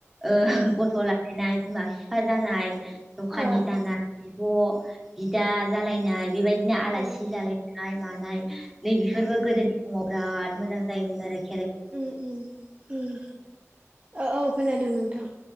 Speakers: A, in the centre; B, on the right.
A: ओ
B: उम
A: गथ' लालायनाय बिमा बिफा जानाय दखानि
B: ओ
A: जानाय बिब' बिदा जालायनाय बेबायदिनो आलासि
B: औ
A: जालाय नाय मानाय नैबेफोरबो
B: औ
A: गोदोनि समाव बिराद मोजां जायोमोन आरोखि।
B: उम उम औ औ खोनादों नोंथां।